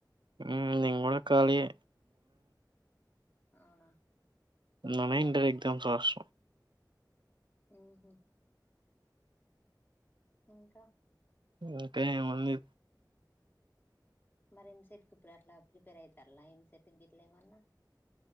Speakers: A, on the right (about 85°); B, on the left (about 25°).
A: ఉ నేను కూడా కాలియే
B: అవునా
A: మొన్ననే ఇంటర్ ఎక్జామ్స్ రాశ
B: ఉహు ఇంకా
A: ఇంకేముంది
B: మరి ఎంసెట్ ఇప్పుడు అట్లా ప్రిపేర్ అవుతారలా ఎంసెట్కి గిట్లా ఏమన్నా